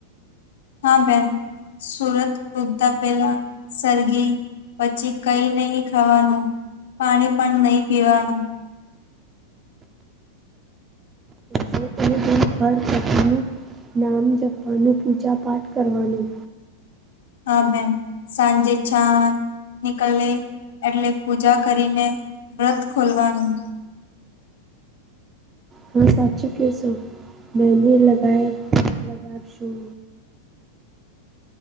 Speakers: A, on the left (about 80°); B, on the right (about 20°).
A: હા બેન સુરત ઉગતા પહેલા સરગી પછી કઈ નહી ખાવાનું પાણી પણ નહી પીવાનું
B: <inaudible> <unintelligible> નામ જપવાનું પૂજા પાઠ કરવાનું.
A: હા મબેન સાંજે ચા નીકળે એટલે પૂજા કરીને વ્રત ખોલવાનું.
B: હા સાચી કેસો મેને લગાય લગાડ શું.